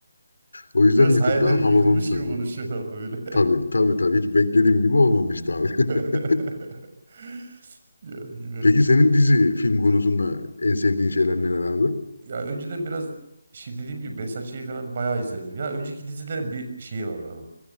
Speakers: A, on the left; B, on the right.
A: O yüzden
B: biraz
A: bir
B: hayallerin
A: tık daha Hababam
B: yıkılmış
A: sınıfı.
B: gibi konuşuyorsun ama öyle.
A: Tabii tabii tabii hiç beklediğim gibi olmamıştı abi. <laughs>
B: <laughs> Ya yine.
A: Peki senin dizi film konusunda en sevdiğin şeyler neler abi?
B: Ya önceden biraz şey dediğim gibi Behzatçı'yı falan bayağı izlerdim. Ya önceki dizilerin bir şeyi vardı onun.